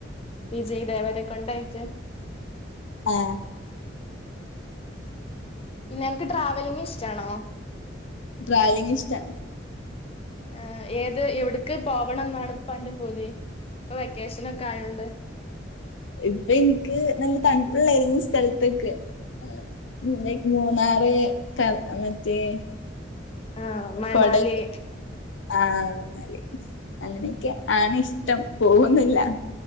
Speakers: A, on the left; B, on the left.
A: വിജയ് ദേവരകൊണ്ട് ആയിട്ട്
B: ആഹ്
A: പിന്നെ അനക്ക് ട്രാവലിംഗിഷ്ടാണോ
B: ട്രാവലിംഗിഷ്ടാണ്
A: ആഹ് ഏത് എവിടക്ക് പോവണംന്നാണ് ഇപ്പം അന്റെ പൂതി ഇപ്പൊ വെക്കേഷനൊക്കെ ആയോണ്ട്
B: ഇപ്പൊ ഇൻക്ക് നല്ല തണുപ്പ്ള്ള ഏതെങ്കിലും സ്ഥലത്ത്ക്ക് പിന്നേ ഇന്ക് മൂന്നാറ് ക മറ്റേ
A: ആഹ് മണാലി
B: കൊടെക്ക ആഹ്ആണ്ന്നാല് അങ്ങനെക്കാണ് ഇഷ്ടം പോവുന്നില്ല